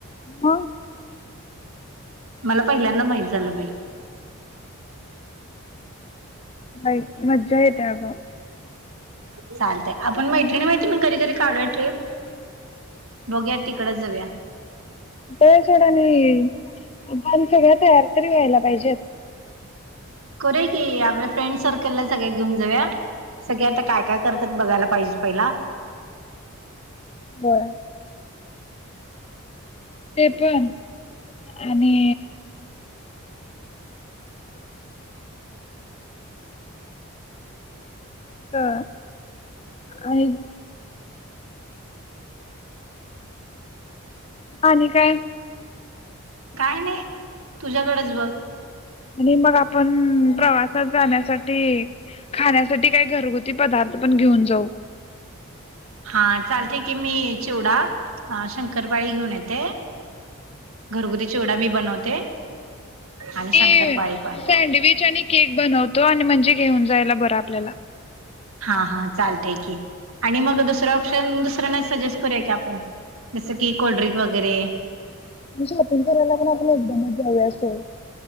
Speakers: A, on the left; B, on the right.
A: हं
B: मला पहिल्यांदा माहित झालं बाई
A: ह मज्जा येते अग.
B: चालतय. आपण मैत्रिणी, मैत्रिणी कधीतरी काढूया ट्रिप बघूया तिकडचं जाऊया.
A: ब सोडाणी पण सगळ्या तयार तरी व्हायला पाहिजेत
B: करू की आपल्या फ्रेंड सर्कलला सगळ्या घेऊन जाऊया. सगळे आता काय काय करतात बघायला पाहिजे पहिला
A: बरं ते पण आणि का आणि आणि काय?
B: काय नाही तुझ्याकडेच बघ.
A: आणि मग आपण प्रवासात जाण्यासाठी खाण्यासाठी काही घरगुती पदार्थ पण घेऊन जाऊ.
B: हा चालतंय की मी चिवडा शंकरपाळी घेऊन येते. घरगुती चिवडा मी बनवते. आणि शंकरपाळी
A: मी
B: पण
A: सँडविच आणि केक बनवतो आणि म्हणजे घेऊन जायला बरं आपल्याला
B: हा हा चालतय की आणि मग दुसरं ऑप्शन दुसऱ्यांना सजेस्ट करूया की आपण जसं की कोल्ड्रिंक वगैरे
A: म शॉपिंग करायला पण आपण एकदमच जाव्या असचं